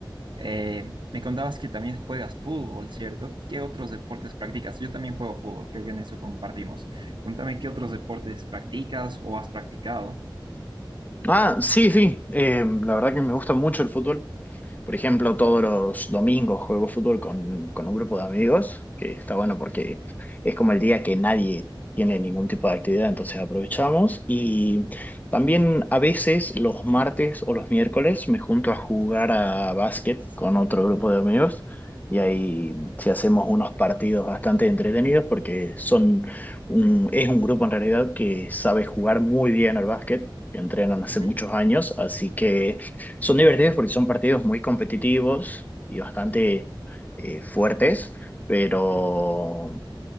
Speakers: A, on the right; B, on the left.
A: Eh, me contabas que también juegas fútbol, ¿cierto? ¿Qué otros deportes practicas? Yo también juego fútbol, creo que en eso compartimos. Contame qué otros deportes practicas o has practicado.
B: Ah, sí, sí, eh, la verdad que me gusta mucho el fútbol. Por ejemplo, todos los domingos juego fútbol con, con un grupo de amigos, que está bueno porque es como el día que nadie tiene ningún tipo de actividad, entonces aprovechamos. Y también a veces los martes o los miércoles me junto a jugar a básquet con otro grupo de amigos. Y ahí sí hacemos unos partidos bastante entretenidos porque son un- es un grupo en realidad que sabe jugar muy bien al básquet, que entrenan hace
A: Ok,
B: muchos años, así que son divertidos porque son partidos muy competitivos y bastante eh, fuertes, pero,